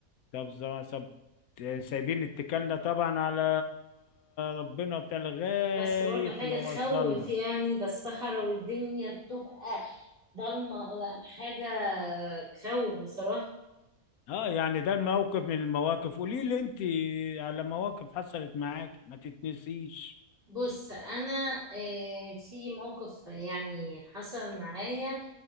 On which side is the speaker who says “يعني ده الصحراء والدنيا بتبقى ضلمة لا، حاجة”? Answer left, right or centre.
Right